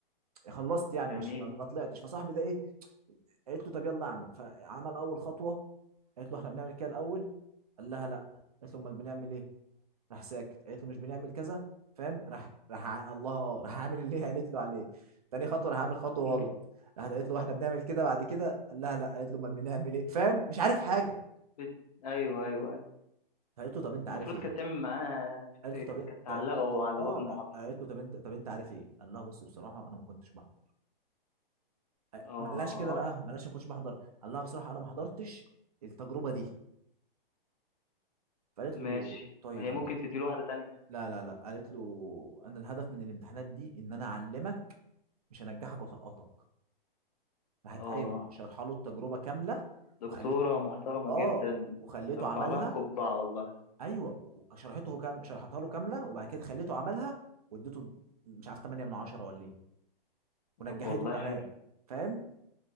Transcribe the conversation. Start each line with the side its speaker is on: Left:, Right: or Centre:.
Right: خلصت يعني
Left: جميل
Right: مش ما ما طلعتش فصاحبي ده ايه قالت له طب يلا اعمل فعمل اول خطوه قالت له احنا بنعمل كده الاول قال لها لا قالت له امال بنعمل ايه راح ساكت قالت له مش بنعمل كذا فاهم راح راح ع- الله اه راح عامل اللي هي قالت له عليه تاني خطوه راح عامل خطوه
Left: <laughs>
Right: غلط راحت قالت له احنا بنعمل كده بعد كده قال لها لا قالت له امال بنعمل ايه فاهم مش عارف حاجه
Left: بت... ايوه ايوه ايوه
Right: فقالت له طب انت
Left: المفروض
Right: عارف ايه
Left: كانت تعمل معاها
Right: قالت
Left: كانت
Right: له طب
Left: كانت
Right: إيه؟
Left: كانت تعلقه على
Right: اه
Left: باب المحاضرة
Right: قالت له طب انت طب انت عارف ايه قال لها بص بصراحه انا ما كنتش بحضر آه،
Left: اه
Right: ما قالهاش كده بقى ما قالهاش ما كنتش بحضر قال لها بصراحه انا ما حضرتش التجربه دي فقالت
Left: ماشي
Right: له طيب
Left: ما هي
Right: يا
Left: ممكن
Right: م...
Left: تديله واحدة تانية
Right: لا لا لا قالت له انا الهدف من الامتحانات دي ان انا اعلمك مش هنجحك واسقطك راحت
Left: اه
Right: قايم شرح له التجربه كامله
Left: دكتورة
Right: وخليته
Left: محترمة
Right: اه
Left: جدا
Right: وخليته
Left: ارفع
Right: عملها
Left: لها القبعة والله
Right: ايوه شرحته كام شرحتها له كامله وبعد كده خليته عملها واديته مش عارف 8 من 10 ولا ايه ونجحته
Left: طب والله
Right: كمان
Left: حلو
Right: فاهم